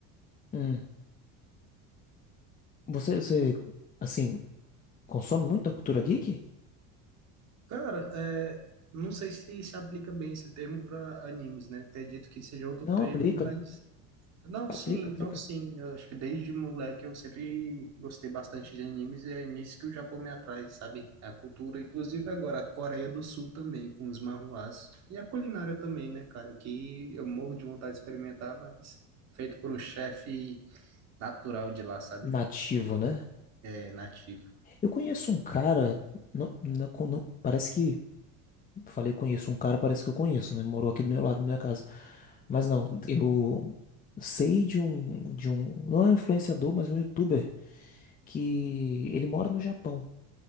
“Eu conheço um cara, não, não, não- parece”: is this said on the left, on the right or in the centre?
Left